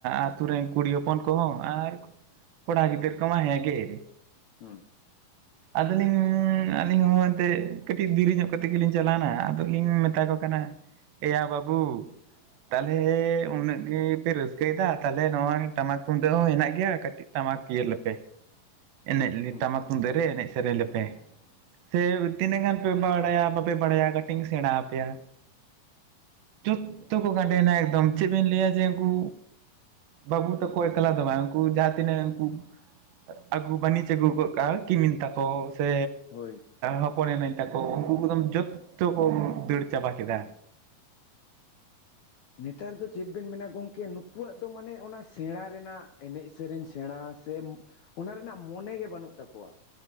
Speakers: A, on the right; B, on the left.
A: ᱟᱛᱩ ᱨᱮᱱ ᱠᱩᱲᱤ ᱦᱚᱯᱚᱱ ᱠᱚᱦᱚᱸ ᱟᱨ ᱠᱚᱲᱟ ᱜᱤᱫᱟᱹᱨ ᱠᱚᱢᱟ ᱦᱮᱸᱜᱮ ᱾
B: ᱦᱩᱸ
A: ᱟᱫᱚᱞᱤᱧ ᱟᱹᱞᱤᱧ ᱦᱚᱸ ᱮᱱᱛᱮᱫ ᱠᱟᱹᱴᱤᱡ ᱫᱮᱨᱤ ᱧᱚᱜ ᱠᱟᱛᱮᱫ ᱜᱮᱞᱤᱧ ᱪᱟᱞᱟᱣᱱᱟ᱾ ᱟᱫᱚ ᱞᱤᱧ ᱢᱮᱛᱟ ᱠᱚ ᱠᱟᱱᱟ, ᱮᱭᱟ ᱵᱟᱹᱵᱩ ᱛᱟᱞᱦᱮ ᱩᱱᱟᱹᱜ ᱜᱮᱯᱮ ᱨᱟᱹᱥᱠᱟᱹᱭᱮ ᱫᱟ ᱛᱟᱞᱦᱮ ᱱᱚᱣᱟ ᱴᱟᱢᱟᱠ ᱛᱩᱢᱫᱟᱹᱜ ᱦᱚᱸ ᱦᱮᱱᱟᱜ ᱜᱮᱭᱟ᱾ᱠᱟᱹᱴᱤᱡ ᱴᱟᱢᱟᱠ ᱤᱭᱟ‌ ᱞᱮᱯᱮ᱾
B: <unintelligible>
A: ᱮᱱᱮᱡ
B: ᱦᱩᱸ
A: ᱴᱟᱢᱟᱠ ᱛᱩᱢᱫᱟᱹᱜ ᱨᱮ ᱮᱱᱮᱡ ᱥᱮᱨᱮᱧ ᱞᱮᱯᱮ᱾ ᱥᱮ ᱛᱤᱱᱟᱹᱜ ᱜᱟᱱ ᱯᱮ ᱵᱟᱲᱟᱭᱟ, ᱵᱟᱯᱮ ᱵᱟᱲᱟᱭᱟ ᱠᱟᱹᱴᱤᱡ ᱤᱧ ᱥᱮᱬᱟ ᱟᱯᱮᱭᱟ᱾ ᱴᱷᱤᱠ ᱛᱮᱠᱚ ᱜᱟᱹᱰᱮᱭᱱᱟ ᱮᱠᱫᱚᱢ ᱪᱮᱫ ᱵᱤᱱ ᱞᱟᱹᱭᱟ ᱡᱮ ᱩᱱᱠᱩ ᱵᱟᱵᱩ ᱛᱟᱠᱚ ᱮᱠᱞᱟ ᱫᱚ ᱵᱟᱝ ᱩᱱᱠᱩ ᱡᱟᱦᱟ ᱛᱤᱱᱟᱹᱜ ᱩᱱᱠᱩ ᱟᱹᱜᱩ ᱵᱟᱹᱱᱤᱡᱽ ᱟᱹᱜᱩ ᱜᱚᱜᱠᱟᱜ-ᱟ ᱠᱤᱢᱤᱞ ᱛᱟᱠᱚ ᱥᱮ
B: ᱦᱳᱭ
A: ᱦᱚᱯᱚᱱ ᱮᱢᱮᱧ ᱛᱟᱠᱚ ᱩᱱᱠᱩ ᱠᱚ ᱮᱠᱫᱚᱢ ᱡᱚᱛᱚ ᱠᱚ ᱫᱟᱹᱲ ᱪᱟᱵᱟ ᱠᱮᱫᱟ᱾
B: ᱱᱮᱛᱟᱨ ᱫᱚ ᱪᱮᱫ ᱵᱮᱱ ᱢᱮᱱᱟ ᱜᱚᱝᱠᱮ, ᱱᱩᱠᱩᱣᱟᱜ ᱫᱚ ᱢᱟᱱᱮ ᱚᱱᱟ ᱥᱮᱬᱟ ᱨᱮᱱᱟᱜ, ᱮᱱᱮᱡ ᱥᱮᱨᱮᱧ ᱥᱮ ᱥᱮᱬᱟ ᱥᱮ ᱚᱱᱟ ᱨᱮᱱᱟᱜ ᱢᱚᱱᱮ ᱜᱮ ᱵᱟᱹᱱᱩᱜ ᱛᱟᱠᱚᱣᱟ᱾